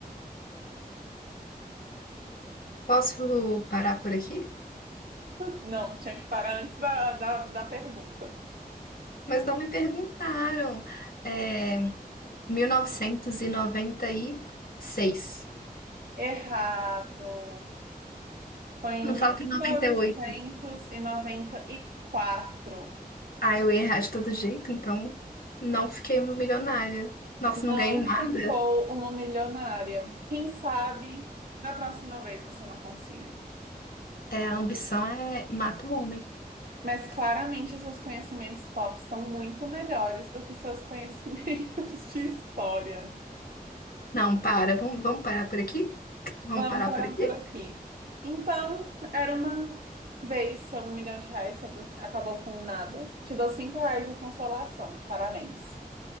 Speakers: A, on the left (about 70°); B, on the right (about 70°).
A: Posso parar por aqui?
B: Não, tinha que parar antes da, da, da pergunta.
A: Mas não me perguntaram. É, 1996.
B: Errado. Foi em
A: Não fala
B: 1994.
A: que é 98. Ah, eu ia errar de todo jeito, então não fiquei uma milionária. Nossa, não
B: Não
A: ganhei nada.
B: ficou uma milionária. Quem sabe na próxima vez você não consiga.
A: É, a ambição é mata um homem.
B: Mas claramente seus conhecimentos pop estão muito melhores do que seus conhecimentos <laughs> de história.
A: Não, para. Vamos, vamos parar por aqui? Vamos
B: Vamos
A: parar
B: parar
A: por aqui?
B: por aqui. Então, era uma vez, seu um milhão de reais, você acabou com nada. Te dou cinco reais de consolação. Parabéns.